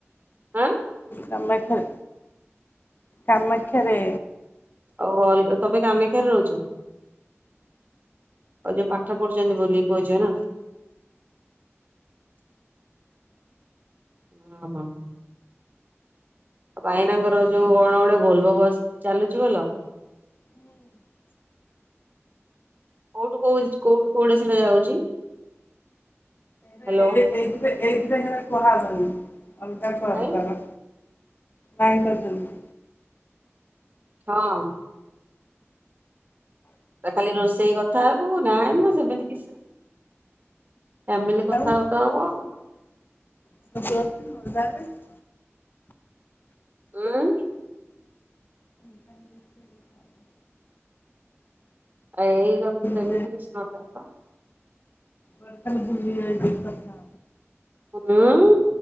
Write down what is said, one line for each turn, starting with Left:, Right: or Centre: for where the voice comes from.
Right: ଆଁ
Left: କାମାକ୍ଷାରେ କାମାକ୍ଷାରେ।
Right: ଓ ତମେ କାମାକ୍ଷାରେ ରହୁଛ? ଆଉ ଯୋଉ ପାଠ ପଢୁଛନ୍ତି ବୋଲି ପୁଅ ଝିଅ ନା? ଓ ହ। ଆଉ ଭାଇନାଙ୍କର ଯୋଉ କଣ ଗୋଟେ ଭୋଲଭୋ ବସ ଚାଲୁଛି ଭଲ?
Left: ହୁଁ।
Right: କୋଉଠୁ କୋଉ କୋଉଠୁ କୋଆଡ଼ା ସିଆଡେ ଯାଉଛି?
Left: ସେ
Right: ହ୍ୟାଲୋ
Left: ଏନ୍ ଏଇଥିରେ ଏଇଥିରେ ହେଇଡ଼ା କୁହା ହବନି ଅଲଗା କଲ୍
Right: କାଇଁ
Left: କର? କାଇଁ କରୁଛନ୍ତି?
Right: ହଁ। ଖାଲି ରୋଷେଇ କଥା ହବୁ ନା ମୁ ସେମିତି କିଛି ଫ୍ୟାମିଲି କଥା
Left: ଆଉ
Right: ହବ। ହଁ।
Left: <inaudible>
Right: ଉଁ
Left: <inaudible>
Right: ଆଉ ଏଇ କ ସେମିତି
Left: ବୁଲି
Right: କିଛି ନଥାଏ ତ?
Left: କୁଆଡ଼େ ଖାଲି ବୁଲି ଯାଇଥିଲି କଥା?
Right: ହୁଁ